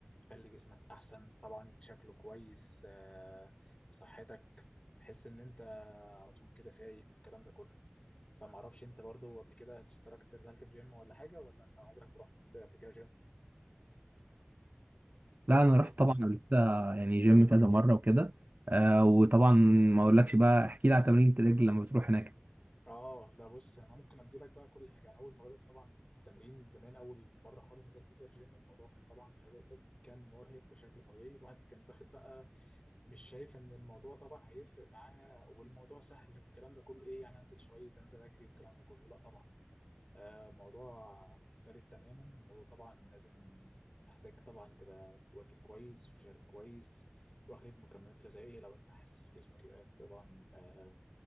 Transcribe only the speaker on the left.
تخلي جسمك احسن طبعا شكله كويس آه، صحتك تحس ان انت على طول كده فايق والكلام ده كله فمعرفش انت برضو قبل كده اشتركت نزلت في جيم ولا حاجه ولا انت عمرك ما رحت قبل كده جيم
اوكي
اه لا بص انا ممكن ابدي لك بقى كل حاجه انا اول ما بدات طبعا التمرين زمان اول مره خالص نزلت فيها الجيم الموضوع كان طبعا مش عايز اقول لك كان مرهق بشكل طبيعي الواحد كان باخد بقى مش شايف ان الموضوع طبعا هيفرق معاه والموضوع سهل والكلام ده كله ايه يعني انزل شويه انزل اجري والكلام ده كله لا طبعا آه موضوع مختلف تماما الموضوع طبعا لازم محتاج طبعا تبقى واكل كويس وشارب كويس واخد مكملات غذائيه لو انت حاسس جسمك يبقى طبعا يبقى